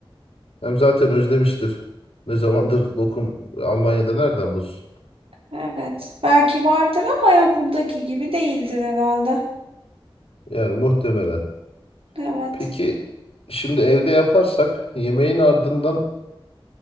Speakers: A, on the left; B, on the right.
A: Hem zaten özlemiştir. Ne zamandır lokum Almanya'da nereden bulsun?
B: Evet. Belki vardır ama ya buradaki gibi değildir herhalde.
A: Yani muhtemelen.
B: Evet.
A: Peki şimdi evde yaparsak yemeğin ardından